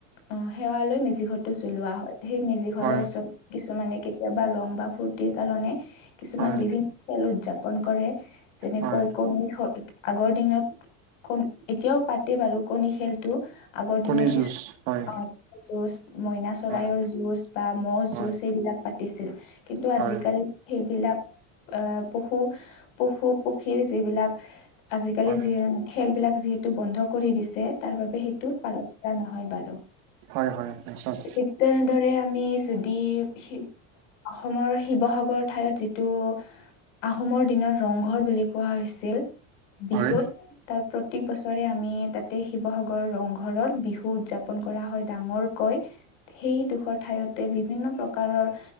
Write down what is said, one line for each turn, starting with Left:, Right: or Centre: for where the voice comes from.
Left: অঁ সেৱা লৈ মেজি ঘৰটো জ্বলোৱা হয় সেই মেজি ঘৰৰ
Right: হয়
Left: ওচৰত কিছুমানে কেতিয়াবা ৰং- বা ফূৰ্তিৰ কাৰনে কিছুমান
Right: হয়
Left: বিভিন্ন খেল উদযাপন কৰে। যেনেকৈ
Right: হয়
Left: কণ আগৰ দিনত- কণ এতিয়াও পাতে বাৰু কণী খেলটো আগৰ
Right: কণী
Left: দিনত
Right: যুঁজ
Left: কিছু
Right: হয়
Left: অঁ- যুঁজ মইনা চৰাইৰ
Right: হয়
Left: যুঁজ বা ম'
Right: হয়
Left: যুঁজ এইবিলাক পাতিছিল। কিন্তু
Right: হয়
Left: আজিকালি সেইবিলাক- আহ পশু পশু পক্ষীৰ যিবিলাক- আজিকালি
Right: হয়
Left: যি খেলবিলাক যিহেতু বন্ধ কৰি দিছে তাৰ বাবে সেইটো পালকা নহয় বাৰু।
Right: হয় হয় হয় হয়।
Left: ঠিক তেনেদৰে আমি যদি- অসমৰ শিৱসাগৰ ঠাইত যিটো- আহোমৰ দিনত ৰংঘৰ বুলি কোৱা হৈছিল বিহুত।
Right: হয়
Left: তাত প্ৰত্যেক বছৰে আমি তাতে শিৱসাগৰৰ ৰংঘৰত বিহু উদযাপন কৰা হয় ডাঙৰ। কৈ সেই দুখৰ ঠাইতে বিভিন্ন প্ৰকাৰৰ-